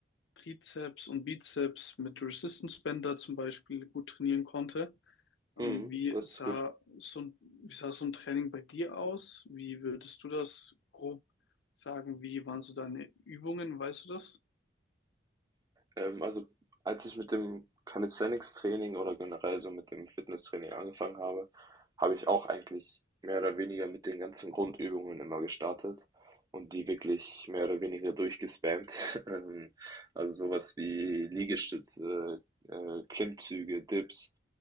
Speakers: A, on the left; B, on the right.
A: Trizeps und Bizeps mit Resistance Bänder zum Beispiel gut trainieren konnte. Ähm,
B: Mhm,
A: Wie
B: das
A: sah
B: ist gut.
A: so ein, wie sah so ein Training bei dir aus? Wie würdest du das grob sagen? Wie waren so deine Übungen? Weißt du das?
B: Ähm, also als ich mit dem Calisthenics-Training oder generell so mit dem Fitnesstraining angefangen habe, habe ich auch eigentlich mehr oder weniger mit den ganzen Grundübungen immer gestartet und die wirklich mehr oder weniger durchgespammt. <laughs> Ähm, also sowas wie Liegestütze, äh, äh, Klimmzüge, Dips,